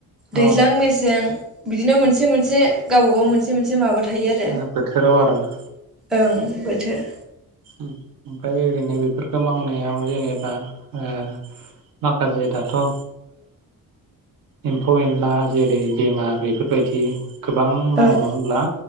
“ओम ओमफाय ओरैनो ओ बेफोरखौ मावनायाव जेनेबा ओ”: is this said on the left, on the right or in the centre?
Right